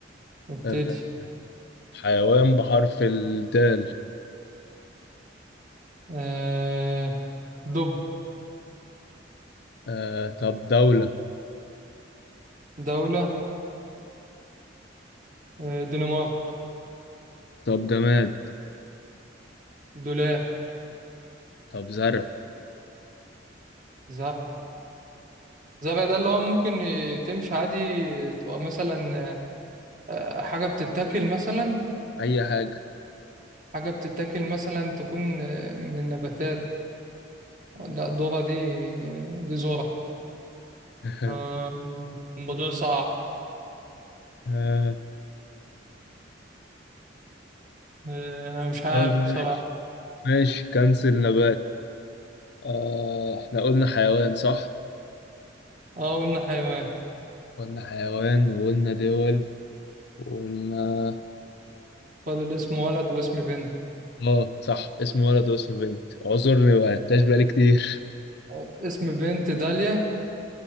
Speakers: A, on the right; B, on the left.
A: نبتدي
B: آه، حيوان بحرف الدال
A: آه... دب
B: آه، طب دولة
A: دولة آه... دنمارك
B: طب جماد
A: دولاب
B: طب زرع
A: زرع زرع ده اللي هو ممكن آه، تمشي عادي آه، تبقى مثلا آه، حاجة بتتاكل مثلا
B: اي حاجة
A: حاجة بتتاكل مثلا تكون آه، من النباتات ده ذرة دي آه، دي ذرة
B: <laughs>
A: آه، الموضوع صعب
B: آه،
A: آه، انا مش عارف
B: طب ماشي
A: بصراحة
B: ماشي كنسل نبات آه، احنا قلنا حيوان صح
A: اه قلنا حيوان
B: قلنا حيوان وقلنا دول وقلنا
A: فاضل اسم ولد واسم بنت
B: اه صح اسم ولد واسم بنت اعذرني ما لعبتهاش بقالي كتير
A: آه، اسم بنت داليا